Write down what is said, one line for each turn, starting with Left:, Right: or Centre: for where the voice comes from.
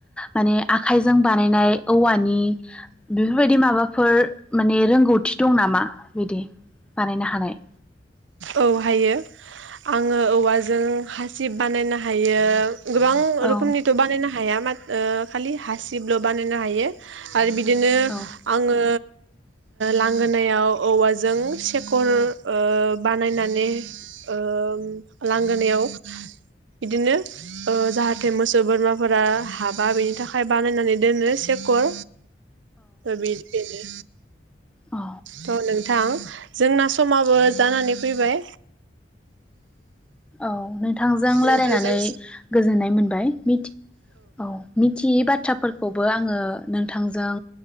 Centre: माने आखाइजों बानायनाय औवानि बेफोरबायदि माबाफोर माने रोंगौथि दं नामा बिदि बानायनो हानाय
Right: औहायो आङो औवाजों हासिब बानायनो हायो गोबां
Centre: औ
Right: रोखोमनिथ' बानायनो हा हाया ओ खालि हासिबल' बानायनो हायो आरो बि दिनो
Centre: औ
Right: आङो लांगोनायाव औवाजों सेखर ओ बानायनानै ओ लांगोनायाव बिदिनो ओ जाहाथे मोसौ बोरमाफोरा हाबा बेनि थाखाय बानायनानै दोनो सेकर बेनो
Centre: औ
Right: <inaudible> थ नों थां जोंना समाबो जानानै फैबाय
Centre: औ नोंथांजों रायलायनानै
Right: नोंथांजों
Centre: गोजोननाय मोन बाय मिथ औ मिथियै बाथ्राफोरखौबो आङो नों थांजों